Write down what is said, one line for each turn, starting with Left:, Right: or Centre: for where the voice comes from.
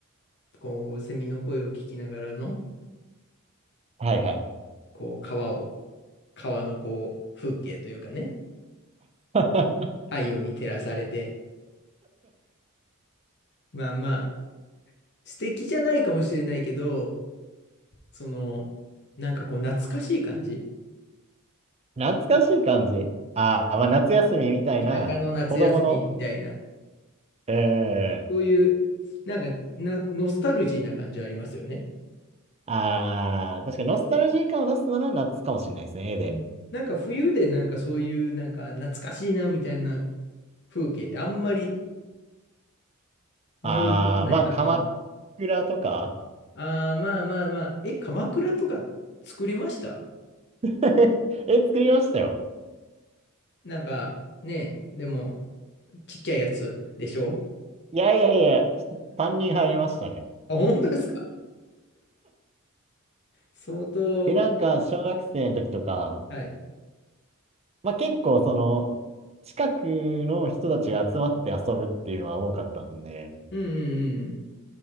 Left: こう、セミの声を聞きながらの、
Right: はいはい。
Left: こう、川を、川のこう、風景というかね、
Right: <laughs>
Left: 太陽に照らされて、まあまあ、素敵じゃないかもしれないけど、その、なんかこう、懐かしい感じ
Right: 懐かしい感じああー、まあ夏休みみたいな子供の、
Left: 田舎の夏休みみたいな、
Right: ええ
Left: そういう、なんかな、ノスタルジーな感じはありますよね。
Right: ああー、確かにノスタルジー感を出すなら夏かもしれないですね、絵で。
Left: うんなんか冬でなんかそういう、なんか懐かしいなみたいな風景ってあんまり、思い浮かばないかな。
Right: ああ、まあ鎌倉とか
Left: ああ、まあまあまあ。え、鎌倉とか作りました
Right: <laughs> 絵作りましたよ。
Left: なんかね、でも、ちっちゃいやつでしょ
Right: いやいやいや、3人入りましたね。
Left: あ、本当ですか相当、
Right: で、なんか小学生の時とか、
Left: はい。
Right: まあ結構その、近くの人たちが集まって遊ぶっていうのは多かったんで、
Left: うんうんうんうん。